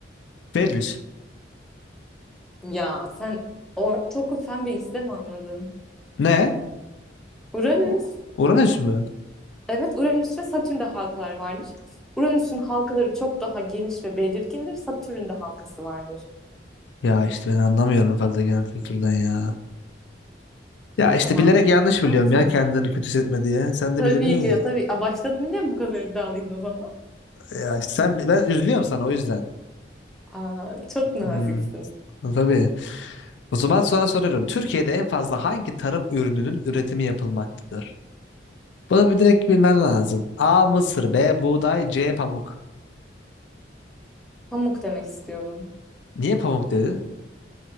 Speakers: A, on the left; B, in the centre.
A: <laughs> Venüs.
B: Ya sen ortaokul fen bilgisi de mi anladın?
A: Ne?
B: Uranüs.
A: U- Uranüs mü?
B: Evet Uranüs ve Satürn'de halkalar vardır. Uranüs'ün halkaları çok daha geniş ve belirgindir. Satürn'ün de halkası vardır.
A: Ya işte ben anlamıyorum fazla genel kültürden ya. Ya işte
B: Tamam.
A: bilerek yanlış biliyorum
B: Sen sor.
A: ya kendini kötü hissetme diye. Sen de
B: Tabii
A: bilemiyorsun
B: ki
A: ya.
B: de tabii. Aa, başladın yine mi bu kadar iddialıydın o zaman?
A: Ya işte sen ben üzülüyorum sana o yüzden.
B: Aa, çok naziksin.
A: Hmm. Tabii. O zaman sonra soruyorum. Türkiye'de en fazla hangi tarım ürününün üretimi yapılmaktadır? Bunu bir direkt bilmen lazım. A. Mısır, B. Buğday, C. Pamuk.
B: Pamuk demek istiyorum.
A: Niye pamuk dedi?